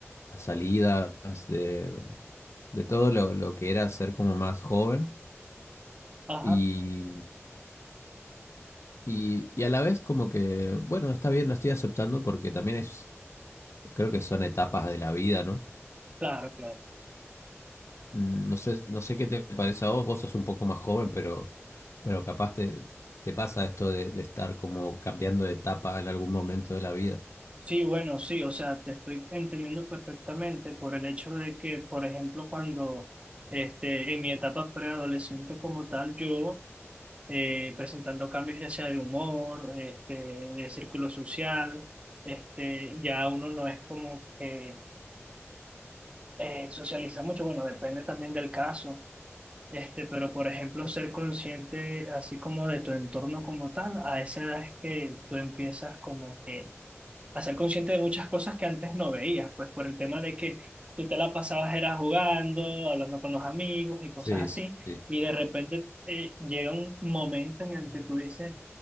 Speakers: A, on the left (about 65°); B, on the right (about 25°).
A: las salidas, de, de todo lo, lo que era ser como más joven.
B: Ajá.
A: Y, y, y a la vez como que, bueno, está bien, lo estoy aceptando porque también es, creo que son etapas de la vida, ¿no?
B: Claro, claro.
A: Mm, No sé, no sé qué te parece a vos, vos sos un poco más joven, pero, pero capaz te, te pasa esto de, de estar como cambiando de etapa en algún momento de la vida.
B: Sí, bueno, sí, o sea, te estoy entendiendo perfectamente por el hecho de que, por ejemplo, cuando este, en mi etapa preadolescente como tal, yo eh, presentando cambios ya sea de humor, este, de círculo social, este, ya uno no es como que eh, socializa mucho, bueno, depende también del caso Este, pero por ejemplo, ser consciente así como de tu entorno como tal, a esa edad es que tú empiezas como que a ser consciente de muchas cosas que antes no veías, pues por el tema de que tú te la pasabas era jugando, hablando con los amigos y cosas
A: Sí,
B: así,
A: sí, sí.
B: y de repente eh, llega un momento en el que tú dices,